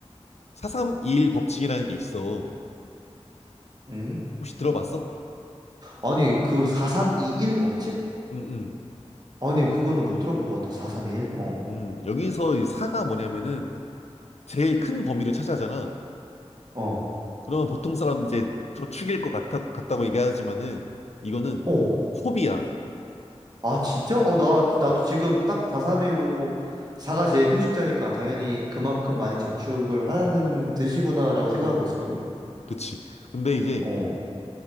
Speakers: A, on the left; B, on the right.
A: 432일 법칙이라는 게 있어.
B: 음.
A: 혹시 들어봤어?
B: 아니, 그 4321 법칙?
A: 음, 음.
B: 아니요, 그거는 못 들어본 것 같아. 4321? 어,
A: 음, 여기서 이 4가 뭐냐면은 제일 큰 범위를 차지하잖아.
B: 어.
A: 그러면 보통 사람은 이제 저축일 것 같아, 같다고 얘기하지만은 이거는
B: 어.
A: 소비야.
B: 아, 진짜? 어, 나, 나도
A: 음,
B: 지금 딱 431 보고 4가 제일 큰 숫자니까 당연히 그만큼 많이 저축을 하라는 뜻이구나라고 생각하고 있었거든?
A: 그치. 근데 이제
B: 어,